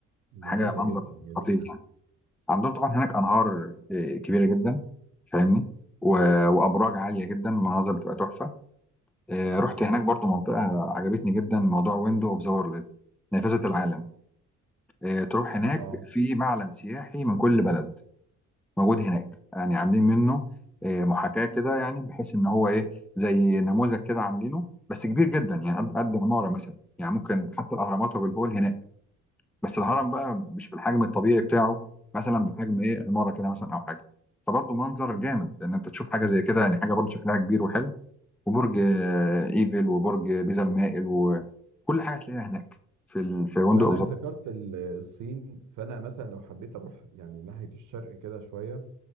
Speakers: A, on the right; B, in the centre.
A: جميلة
B: حاجه منظر
A: جدا جميلة
B: خطير يعني عندهم طبعا هناك انهار آه، كبيره جدا فاهمني و- وابراج عاليه جدا مناظر بتبقى تحفه آه، رحت هناك برضو منطقه عجبتني جدا موضوع ويندو اوف ذا وورلد نافذه العالم آه، تروح
A: اه
B: هناك في معلم سياحي من كل بلد موجود هناك يعني عاملين منه آه، محاكاة كده يعني بحيث ان هو ايه زي نموذج كده عاملينه بس كبير جدا يعني قد قد عمارة مثلا يعني ممكن حتى الاهرامات وابو الهول هناك بس الهرم بقى مش بالحجم الطبيعي بتاعه مثلا بحجم ايه عمارة كده مثلا او حاجة فبرضه منظر
A: بم-
B: جامد ان انت تشوف حاجة زي كده يعني حاجة برضه شكلها كبير وحلو وبرج آه، ايفل وبرج بيزا المائل وكل حاجة تلاقيها هناك في ال... في فندق
A: بما انك
B: أبو ظبي.
A: ذكرت ال- الصين فانا مثلا لو حبيت اروح يعني ناحية الشرق كده شوية